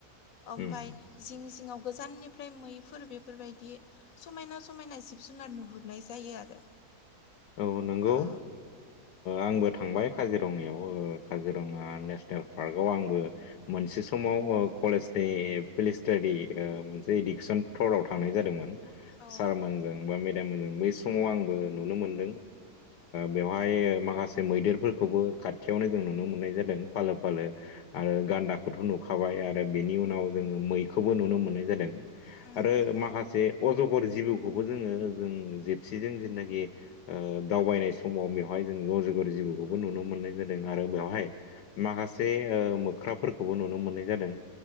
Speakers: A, on the left; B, on the left.
A: ओमफफ्राय
B: उम
A: जिं जिंङाव गोजाननिफ्राय मैफोर बेफोरबायदि समायना समायना जिब जुनार नुहुरो नाय जायो आरो
B: औ नंगौ
A: ओ
B: आंबो थांबाय काजिरङायाव काजिरङा नेसनेल पार्कआव आंबो मोनसे समाव कलेज बे पिलिस्टारि मोनसे एडिक्सन थराव थांनाय जादोंमोन
A: औ
B: सारमोनजों बा मेदाम मोनजों बै समाव आंबो नुनो मोनदों ओ बेवहाय माखासे मैदेरफोरखौबो खाथियावनो जों नुनो मोननाय जादों फालो ह फालो आरो गान्दाखौथ नुखाबाय आरो बिनि उनाव जोंङो मैखौबो नुनो मोननाय जादों
A: उम
B: आरो माखासे अजगर जिबौखौबो जोंङो जों जेबसिजों जेनाखि दावबायनाय समाव बेवहाय जों रजगर जिबौखौबो नुनो मोननाय जादों आरो बेवहाय माखासे सासे मोख्राफोरखौबो नुनो मोननाय जादों